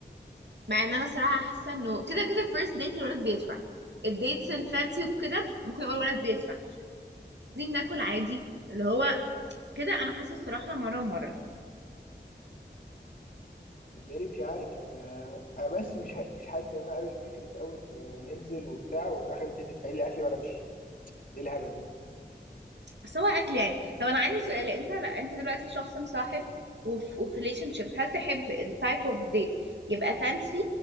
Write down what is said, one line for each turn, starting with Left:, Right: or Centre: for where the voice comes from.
Right: مع ان انا الصراحه حاسه انه كده كده فيرست ديت الولد بيدفع الديتس الفانسي وكده ممكن يقول الولد بيدفع عايزين ناكل عادي اللي هو كده انا حاسه الصراحه مره ومره
Left: صدقني مش عارف انا انا بس مش ه- مش حاسس ان انا قابل فكره قوي انه ننزل وبتاع وفي الاخر انت تدفعي لي اكلي وانا امشي ايه الهبل ده؟
Right: بس هو اكل يعني طب انا عندي سؤال انت لا انت دلوقتي شخص مصاحب وف- وفي ريليشن شيب هل تحب التايب اوف ديت يبقى فانسي